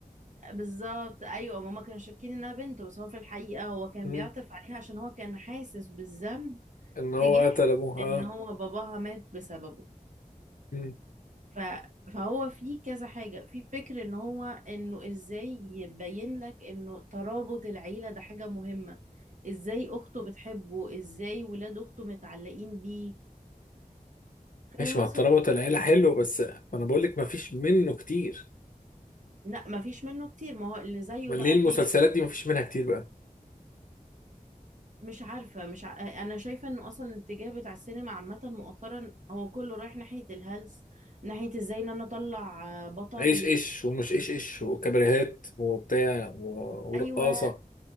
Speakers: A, on the right; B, on the left.
A: بالظبط ايوه ماما كانوا شاكين انها بنت بس هو في الحقيقه هو كان
B: مم.
A: بيعطف عليها عشان هو كان حاسس بالذنب
B: ان هو
A: تجاه
B: قتل ابوها
A: ان
B: اه
A: هو باباها مات بسببه
B: مم.
A: ف... فهو في كذا حاجه في فكر ان هو انه ازاي يبين لك انه ترابط العيله ده حاجه مهمه ازاي اخته بتحبه ازاي ولاد اخته متعلقين بيه فاهم
B: ماشي
A: اقصد
B: مع الترابط
A: إيه؟
B: العيله حلو بس ما انا بقول لك ما فيش منه كتير
A: لا مفيش منه كتير ما هو اللي زيه
B: ما
A: بقى
B: ليه المسلسلات
A: تاني
B: دي ما فيش منها كتير بقى
A: مش عارفة مش ع... أنا شايفة إنه أصلا الاتجاه بتاع السينما عامة مؤخرا هو كله رايح ناحية الهلس ناحية إزاي إن أنا أطلع آه، بطل
B: ايش ايش ومش ايش ايش وكابريهات وبتاع و- ورقاصه
A: أيوة